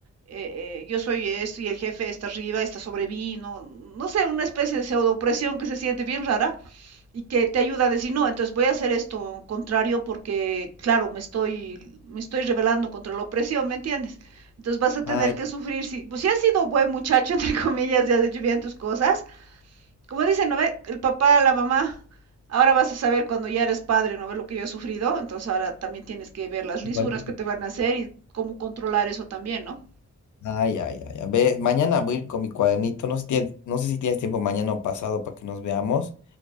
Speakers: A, on the right; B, on the left.
A: eh, eh, yo soy esto y el jefe está arriba, está sobre mí, no, no sé, una especie de pseudo opresión que se siente bien rara y que te ayuda a decir, no, entonces voy a hacer esto contrario porque, claro, me estoy, me estoy rebelando contra la opresión, ¿me entiendes? Entonces vas a tener
B: Ay,
A: que sufrir, si, pues si has sido buen muchacho, <laughs> entre comillas, y has hecho bien tus cosas, como dicen, ¿no ve? El papá, la mamá, ahora vas a saber cuando ya eres padre, ¿no ves lo que yo he sufrido? Entonces ahora también tienes que ver las lisuras
B: igual.
A: que te van a hacer y cómo controlar eso también, ¿no?
B: Ay, ay, ay. A ver, mañana voy a ir con mi cuadernito. No sé, tienes- no sé si tienes tiempo mañana o pasado para que nos veamos